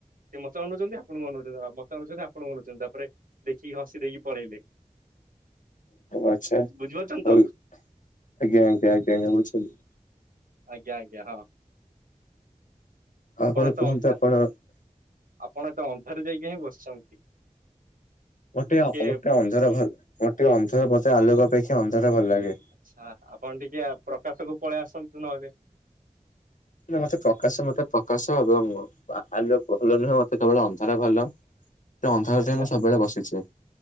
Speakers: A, on the right (about 85°); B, on the left (about 65°).
A: ସେ ମତେ ଅନଉଛନ୍ତି। ଆପଣଙ୍କୁ ଅନଉଛନ୍ତି, ମତେ ଅନଉଛନ୍ତି, ଆପଣଙ୍କୁ ଅନଉଛନ୍ତି, ତାପରେ ଦେଖିକି ହସି ଦେଇକି ପଳେଇଲେ।
B: ଆଚ୍ଛା,
A: ବୁଝ- ବୁଝିପାରୁଛନ୍ତି ତ
B: ଆଜ୍ଞା ଆଜ୍ଞା ଆଞା ଆଜ୍ଞ, ବୁଝିଲି।
A: ଆଜ୍ଞା ଆଜ୍ଞା, ହଁ।
B: ଆପଣ
A: ଏତେ
B: କୁହନ୍ତୁ।
A: ଅନ୍ଧା
B: ଆପଣ
A: ଆପଣ, ଏତେ ଅନ୍ଧାରେ ଯାଇକି କାହିଁ ବସିଛନ୍ତି।
B: ଗୋଟେ,
A: ଟିକେ
B: ଓଟେ ଅନ୍ଧର ଘର, ଗୋଟେ ଅନ୍ଧର ବୋତେ ଆଲୋକ ଅପେକ୍ଷା ଅନ୍ଧାର ଭଲ ଲାଗେ।
A: ଆଛା। ଆପଣ ଟିକେ ପ୍ରକାଶକୁ ପଳେଇ ଆସନ୍ତୁ ନହେଲେ।
B: ମତେ ପ୍ରକାଶ, ମତେ ପ୍ରକାଶ ଏବଂ ଆଲୁଅ ଭଲ ନୁହେଁ। ମତେ କେବଳ ଅନ୍ଧାର ଭଲ। ଏ ଅନ୍ଧକାର
A: ଆଚ୍ଛା
B: ଯାଏଁ, ମୁଁ ସବୁବେଳେ ବସିଛି।